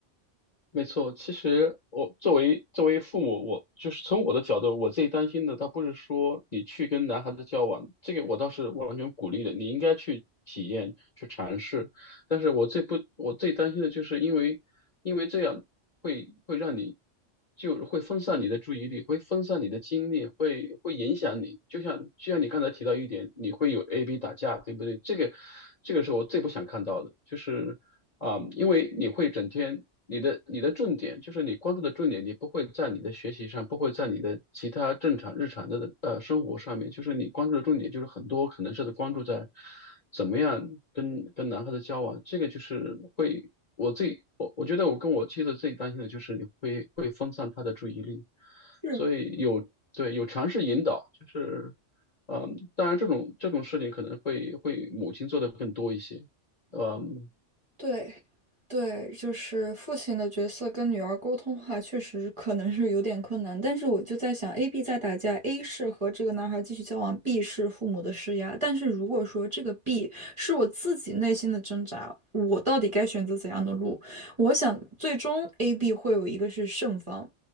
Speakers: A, on the left; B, on the right.
A: 没错，其实我作为作为父母，我就是从我的角度，我最担心的，倒不是说你去跟男孩子交往，这个我倒是完全鼓励的，你应该去体验、去尝试。但是我最不，我最担心的就是因为，因为这样会会让你，就会分散你的注意力，会分散你的精力，会会影响你。就像就像你刚才提到一点，你会有 A B 打架，对不对？这个这个是我最不想看到的，就是。啊，因为你会整天，你的你的重点就是你关注的重点，你不会在你的学习上，不会在你的其他正常日常的呃生活上面，就是你关注的重点就是很多可能是关注在怎么样跟跟男孩子交往，这个就是会我自己我我觉得我跟我妻子最担心的就是你会会分散她的注意力，
B: 是。
A: 所以有对有尝试引导，就是嗯，当然这种这种事情可能会会母亲做的更多一些，嗯。
B: 对，对，就是父亲的角色跟女儿沟通的话，确实可能是有点困难。但是我就在想，A、B 在打架，A 是和这个男孩继续交往，B 是父母的施压。但是如果说这个 B 是我自己内心的挣扎，我到底该选择怎样的路？我想最终 A、B 会有一个是胜方。